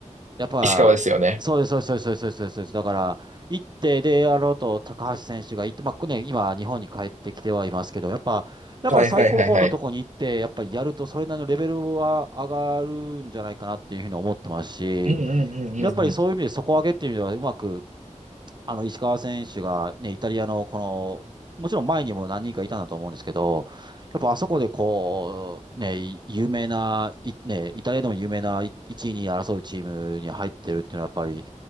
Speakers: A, on the right (about 35°); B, on the right (about 70°).
A: やっぱ、
B: 石川ですよね。
A: そうです、そうです、そうです、そうです、そうです。そうですだから、行って、で、あのと、高橋選手が行って、まあ、ね、今、日本に帰ってきてはいますけど、やっぱ、やっぱ最高峰のとこに行って、
B: はいはいはいはい。
A: やっぱりやると、それなりのレベルは上がるんじゃないかなっていうふうに思ってますし、
B: うんうんうんうんう
A: やっぱりそういう意味で底上げっていう意味では、うまくあの、石川選手がね、イタリアのこの、もちろん前にも何人かいたんだと思うんですけど、やっぱあそこでこう、ね、有名な、いね、イタリアでも有名な1位に争うチームに入ってるっていうのはやっぱり、